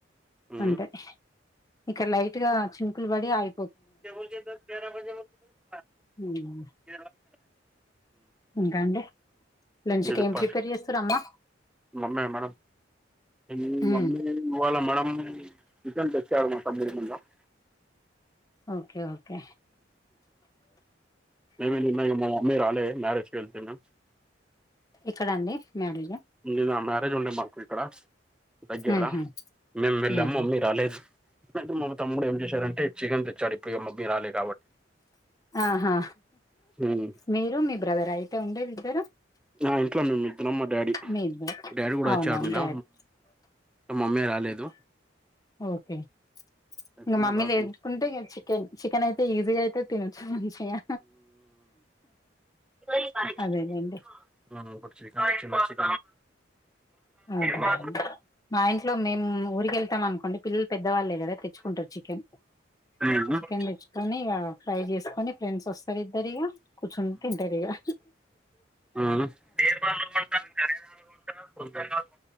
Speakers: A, in the centre; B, on the left.
A: హ్మ్
B: అంటే ఇక్కడ లైట్గా చినుకులు పడి అగీ
A: చె బో తెరాజ <unintelligible>
B: ఉం
A: కేరళ <unintelligible>
B: ఇంకా అండి లంచ్ కి ఏం
A: ఇప్ప
B: ప్రిపేర్ చేస్తారమ్మా
A: మమ్మ మేడం <unintelligible>
B: హ్మ్.
A: ఇవాళ మేడం రిటర్న్ తెచ్చారున్నమాట మూడు మల <unintelligible>
B: ఓకే ఓకే
A: నేన్న మా <unintelligible> మమ్ీ రాలే మ్యారేజ్ కళ్తనా
B: ఎక్కడ అండి మ్యారేజ్
A: నిన్న మ్యారేజ్ ఉండే మాకు ఇక్కడ దగ్గరలా
B: హుహు.
A: మేము వెళ్ళాము
B: హుహు.
A: మమ్మీ రాలేదు మా తమ్ముడు ఏం చేశాడంటే చికెన్ తెచ్చాడు ఇప్పుడు ఇక మమ్మీ రాలేదు
B: ఆహా
A: హ్మ్
B: మీరు మీ బ్రదర్ అయితే ఉండేదిద్దరు
A: ఆ ఇంట్లో మేము ఇద్దిరమ్ మా డాడీ
B: మీ ఇద్దరు
A: డాడీ కూడా
B: అవునా
A: వచ్చారు నీనా
B: డాడీ
A: మమ్మీ రాలేదు
B: ఓకే
A: అయితే
B: ఇంగ
A: నేను
B: మమ్మీలు
A: రాకు
B: వేపిచుకుంటే ఇగా చికెన్ చికెన్ అయితే ఈజీగా అయితే తినచ్చు మంచిగా
A: ప
B: అదేలేండి
A: <unintelligible>
B: అదే
A: మా
B: మా ఇంట్లో మేము ఊరిక వెళ్తాం అనుకోండి పిల్లలు పెద్దవాళ్ళే కదా తెచ్చుకుంటారు చికెన్
A: ఉమ్
B: చికెన్ తెచ్చుకొని ఇక ఫ్రై చేసుకొని ఫ్రెండ్స్ వస్తారు ఇద్దరు ఇగా కూచంతే తింటారు ఇగా
A: అ